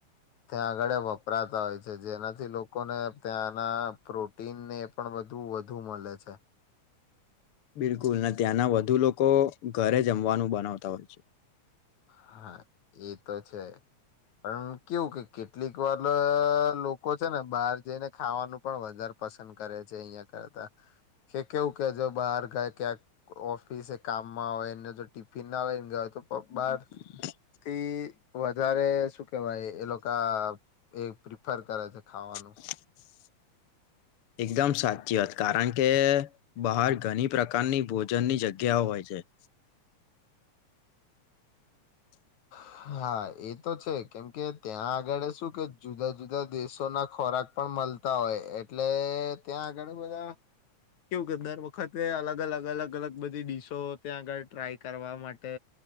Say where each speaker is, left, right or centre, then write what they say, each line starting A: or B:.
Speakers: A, on the left; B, on the left.
A: ત્યાં આગળ વપરાતા હોય છે જેનાથી લોકોને ત્યાંના પ્રોટીન ને એ પણ બું વધુ મળે છે
B: બિલકુલ અને ત્યાંના વધુ લોકો ઘરે જમવાનું બનાવતા હોય છે
A: હા એ તો છે પણ કેવું કે કેટલીક વાર લોકો છે ને બહાર જઈને ખાવાનું પણ વધારે પસંદ કરે છે અહિયાં કરતા કે કેવું કે જો બહાર ગાય ક્યાંક ઓફિસ કામમાં હોય એને તો ફિના લઈને ગયો તો બહાર <inaudible>
B: હ <inaudible>
A: થી વધારે શું કેહેવાય એ લોકો એ પ્રિફર કરે છે ખાવાનું
B: <inaudible> એકદમ સાચી વાત કારણ કે બહાર ઘણી પ્રકારની ભોજનની જગ્યાઓ હોય છે જ <inaudible>
A: હા એ તો છે કેમ કે ત્યાં આગળ શું કે જુદા જુદા દેશો ના ખોરાક પણ મલતા હોય એટલે ત્યાં આગળ બધા કેવું કે દર વખતે અલગ અલગ અલગ અલગ બધી ડીશો ત્યાં આગળ ટ્રાય કરવા માટે